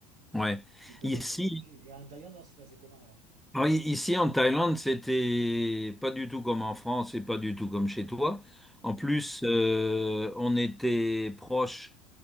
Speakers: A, in the centre; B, on the right.
A: Hmm, ouais.
B: Et quand
A: Ici,
B: ils ont été obligés. Et en Thaïlande, alors, c'est passé comment alors?
A: alors, i- ici en Thaïlande, c'était pas du tout comme en France et pas du tout comme chez toi.
B: Ouais,
A: En plus, euh, on était proche